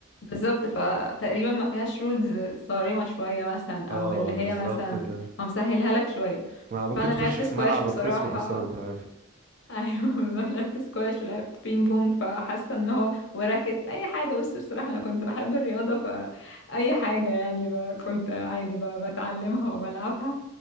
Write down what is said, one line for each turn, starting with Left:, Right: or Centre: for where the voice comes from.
Left: بالظبط فتقريبا ما فيهاش رولز صارمه شويه مثلا او
Right: اه
Left: اللي هي
Right: بالظبط
Left: مثلا
Right: ال-
Left: هو مسهلها لك شويه
Right: ما ممكن
Left: فانا
Right: تخش
Left: لعبت
Right: في
Left: سكواش
Right: ملعب
Left: بصراحه
Right: الخصم اصلا ما بتعرف
Left: ايوه <laughs> بالظبط لعبت سكواش ولعبت بينج بونج فحاسه ان هو وراكت اي حاجه بس بصراحه انا كنت بحب الرياضه فاي حاجه يعني ب- كنت عادي ب- بتعلمها وبلعبها